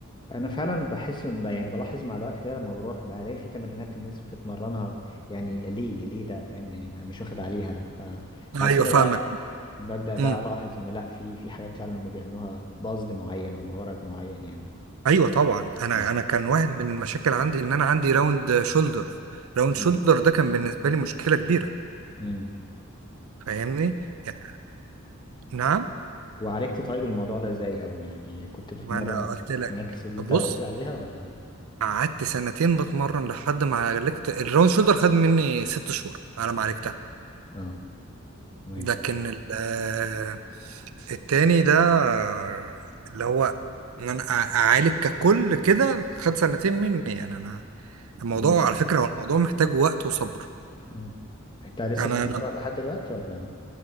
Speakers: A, on the left (about 20°); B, on the right (about 80°).
A: انا فعلا بحس ب- يعني بلاحظ مع الوقت كده لما بروح بلاقي في تمرينات الناس بتتمرنها يعني ليه ليه ده فاهم يعني ما- مش واخد عليها فبعد
B: ايوه
A: كده
B: فاهمك
A: بقى ببدأ بقى
B: امم
A: الاحظ ان لا في في حاجات فعلا هم بيعملوها بقصد معين او بغرض معين يعني
B: ايوه طبعا انا
A: اه
B: انا كان واحد من المشاكل عندي ان انا عندي راوند شولدر راوند
A: مم.
B: شولدر ده كان بالنسبه لي مشكله كبيره
A: مم.
B: فاهمني يعني نعم
A: وعالجت طيب الموضوع ده ازاي او يعني كنت بتتمرن
B: ما انا قلت
A: التكنيكس
B: لك
A: اللي انت
B: بص
A: قلت لي عليها ولا
B: قعدت سنتين بتمرن لحد ما عالجت الراوند شولدر خد مني ست شهور على ما عالجت
A: اه تمام
B: لكن ال- آه، التاني ده آه، اللي هو ان انا أع- اعالج ككل كده خد سنتين مني يعني انا الموضوع
A: مم.
B: على فكرة هو الموضوع محتاج وقت وصبر
A: مم. انت لسه
B: انا
A: بتتمرن
B: لم-
A: لحد دلوقتي ولا